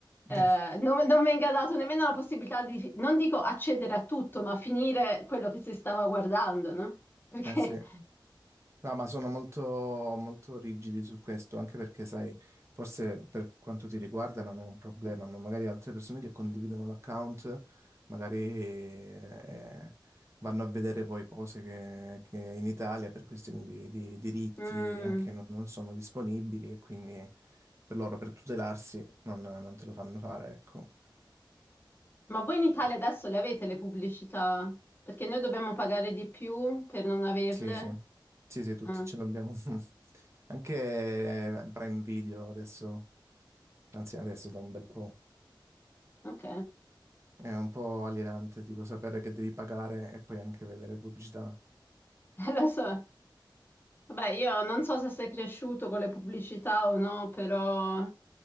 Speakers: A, on the left; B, on the right.
A: eh,
B: eh,
A: non, non venga dato nemmeno la possibilità di, non dico accedere a tutto, ma finire quello che si stava guardando, no? <laughs> Perché...
B: eh sì. No, ma sono molto, molto rigidi su questo, anche perché, sai, forse per quanto ti riguarda non è un problema, ma magari altre persone che condividono l'account, magari eh, vanno a vedere poi cose che, che in Italia per questioni di, di diritti
A: mm,
B: anche non, non sono disponibili e quindi per loro, per tutelarsi, non, non te lo fanno fare, ecco.
A: Ma voi in Italia
B: Boh.
A: adesso le avete le pubblicità? Perché noi dobbiamo pagare di più per non averle?
B: Sì, sì, sì, sì, tutti
A: Ah,
B: ce l'abbiamo. <laughs> Anche eh, Prime Video adesso. Anzi, adesso da un bel po'.
A: ok,
B: È un po' alienante, tipo sapere che devi pagare e poi anche vedere pubblicità.
A: <laughs> lo so. Vabbè, io non so se sei cresciuto con le pubblicità o no, però